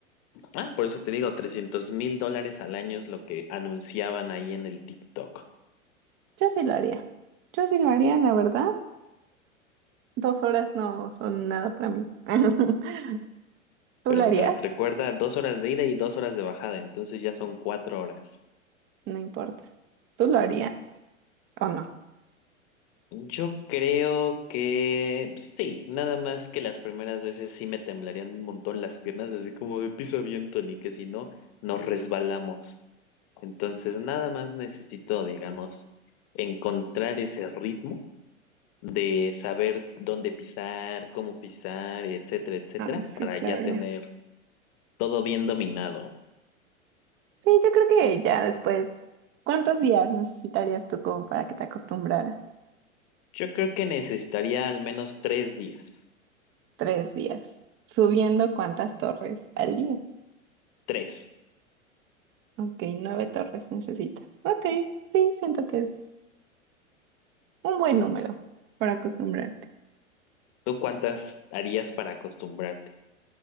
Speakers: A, on the left (about 35°); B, on the right (about 30°).
A: Ah, por eso te digo, trescientos mil dólares al año es lo que anunciaban ahí en el TikTok.
B: Yo sí lo haría. Yo sí lo haría, la verdad. Dos horas no son nada para mí. <laughs> ¿Tú
A: Pero
B: lo harías?
A: te recuerda dos horas de ida y dos horas de bajada, entonces ya son cuatro horas.
B: No importa. ¿Tú lo harías o no?
A: Yo creo que pues, sí, nada más que las primeras veces sí me temblarían un montón las piernas, así como de pisa bien, Tony, que si no, nos resbalamos. Entonces, nada más necesito, digamos, encontrar ese ritmo de saber dónde pisar, cómo pisar, etcétera, etcétera,
B: Ah, sí,
A: para
B: claro.
A: ya tener todo bien dominado.
B: Sí, yo creo que ya después, ¿cuántos días necesitarías tú como para que te acostumbraras?
A: Yo creo que necesitaría al menos tres días.
B: Tres días. Subiendo cuántas torres al día.
A: Tres.
B: Ok, nueve torres necesitas. Ok, sí, siento que es un buen número para acostumbrarte.
A: ¿Tú cuántas harías para acostumbrarte?